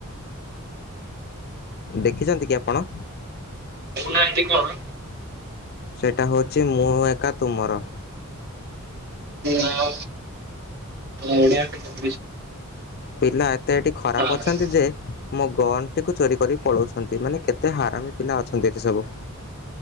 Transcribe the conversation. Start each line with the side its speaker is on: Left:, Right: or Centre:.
Left: ଦେଖିଛନ୍ତି କି ଆପଣ?
Right: ନାଁ ଟି କଣ?
Left: ସେଟା ହଉଛି ମୁଁ ଏକା ତୁମର।
Right: ଆ ବଢିଆ
Left: ପିଲା ଏତେ ଏଠି ଖରାପ
Right: ତାପରେ
Left: ଅଛନ୍ତି ଯେ ମୋ ଗଣ୍ଟିକୁ ଚୋରି କରି ପଳଉଛନ୍ତି ମାନେ କେତେ ହାରାମି ପିଲା ଅଛନ୍ତି ଏଠି ସବୁ